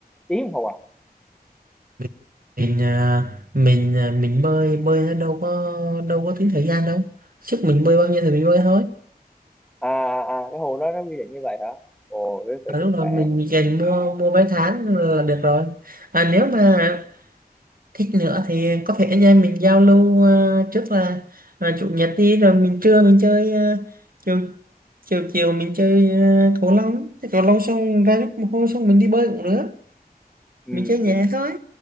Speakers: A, in the centre; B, on the right.
A: tiếng đồng hồ à
B: mình mình à, mình à, mình bơi bơi nó đâu có đâu có tính thời gian đâu sức mình bơi bao nhiêu thì mình bơi thôi
A: à à à, cái hồ đó nó quy định như vậy hả ồ thế
B: ở
A: vậy cũng
B: lúc đó
A: khỏe
B: mình mình dành mua mua vé tháng là được rồi à, nếu mà thích nữa thì có thể anh em mình giao lưu à, trước là à, chủ nhật đi rồi mình trưa mình chơi à, chiều chiều chiều mình chơi ờ, cầu lông chơi cầu lông xong ra lúc mồ hôi xong mình đi bơi cũng được
A: ừ
B: mình chơi nhẹ
A: ừ
B: thôi